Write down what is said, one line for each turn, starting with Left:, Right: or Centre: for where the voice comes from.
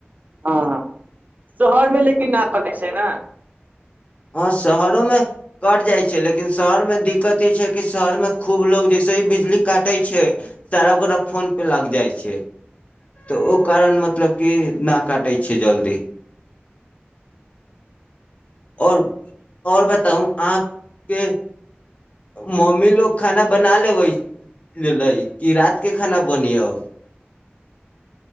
Right: हां हां, तोहर मे लिक कि नाक कटै छै न।
Left: हां शहरोमे कटि जाइ छै लेकिन शहरमे दिकत इ छै कि शहरमे खुब लोक जैसे हि बिजली काटै छै सारा गोटा फोन पर लागि जाइ छै। त ओ कारण मतलब कि ना काटै छै जल्दी। और और बताउ अहां के मम्मी लोग खाना बना लेबै, लेलै कि रात के खाना बनी अब।